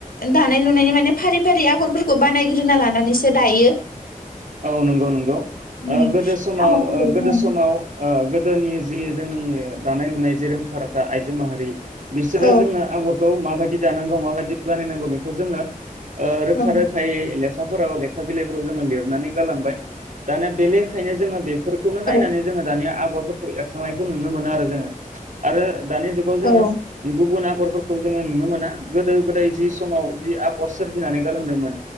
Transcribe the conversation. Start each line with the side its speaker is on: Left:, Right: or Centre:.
Left: दानाय लुनायनि माने फारि फारि आगरफोरखौ बानायग्रोना लानानैसो दायो
Right: औ नंगौ नंगौ
Left: उम
Right: ओ गोदो समाव
Left: आगरफोरखौ
Right: ओ गोदो समाव ओ गोदोनि जि जोंनि दानाय लुनाय जे रोंखा राखा आइजो माहारि बिसोरो
Left: औ
Right: जोंनो आगर खौ माबायदि दानांगौ माबायदि बानायनांगौ बेखौ जोंनो ओ रोखा
Left: औ
Right: रोखायै <unintelligible> <unintelligible> लेखा बिलाइफोराव जोङो लिरनानै गालांबाय दाना बेनिफ्रायनो जोङो बे फोरखौनो नायनानै
Left: औ
Right: जोङो दानिया आग आगरफोरखौ एरखांनायखौ नुनो मोनो आरो जोङो आरो दानि जुगाव जोङो
Left: औ
Right: गुबुना गरफोरखौ जोङो नुनो मोना गोदो गोदाय जि समाव बि आगर सोरजिनानै गालांदोंमोन।